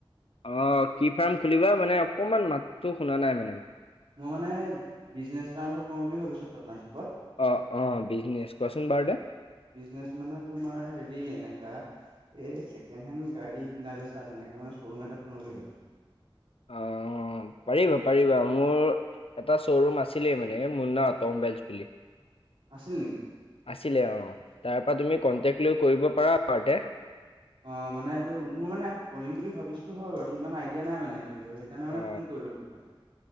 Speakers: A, on the left; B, on the right.
A: অ' কি ফাৰ্ম খুলিবা মানে অকমান মাতটো শুনা নাই মানে
B: মই মানে বিজনেছ এটা আৰম্ভ কৰোঁ বুলি ভাবিছোঁ পাৰ্টনাৰশ্বিপত।
A: অ' অ' বিজনেচ কোৱাচোন বাৰু দে
B: বিজনেচ মানে তোমাৰ হেৰি এনেকা এই চেকেণ্ড হেণ্ড গাড়ী কিনা বেচা তেনেকে মানে শ্বৰুম এটা খোলোঁ বুলি ভাবিছোঁ।
A: অ' পাৰিবা পাৰিবা মোৰ এটা শ্ব'ৰুম আছিলেই মানে মুন্না অট' মোবাইলছ বুলি।
B: আছিল নেকি
A: আছিলে অ, তাৰ পৰা তুমি
B: অ
A: কন্টেক লৈ কৰিব পাৰা ঘৰতে।
B: অ মানে এইটো মোৰ মানে কৰিম বুলি ভাবিছিলো হয় বাৰু ইমান আইডিয়া নাই মানে সেইটো বিষয়ে সেইকাৰণে মানে
A: অ
B: ফোন কৰিলো তোক কাৰণে।